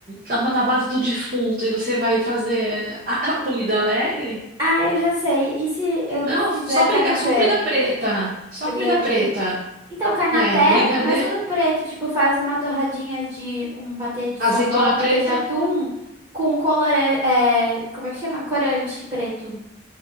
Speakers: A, on the right; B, on the right.
A: na na base do defunto, e você vai fazer é, a a comida alegre?
B: Ah, eu já sei. E se eu
A: Não,
B: fizer
A: só
B: canapé?
A: briga, só comida preta. Só
B: Brigadeiro.
A: comida preta.
B: Então, canapé,
A: É, brigadeiro,
B: mas tudo preto. Tipo, faz uma torradinha de um patê de salmão,
A: azeitona
B: um patê
A: preta.
B: de atum com colorante. É, como é que chama? Corante preto.